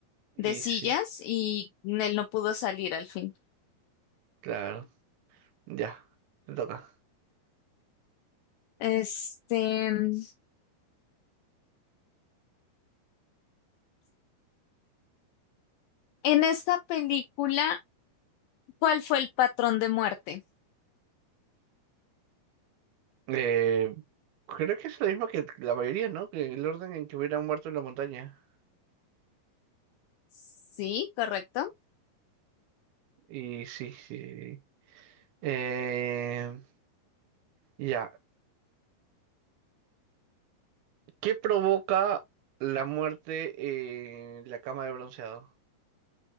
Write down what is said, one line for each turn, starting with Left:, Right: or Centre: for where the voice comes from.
Right: Y
Left: de sillas,
Right: sí,
Left: y él no pudo salir al fin.
Right: claro. Ya, te toca.
Left: Este, en esta película, ¿cuál fue el patrón de muerte?
Right: Eh, creo que es lo mismo que la mayoría, ¿no? Que el orden en que hubieran muerto en la montaña.
Left: Sí, correcto.
Right: Y sí, sí. Eh, ya. ¿Qué provoca la muerte en la cama de bronceado?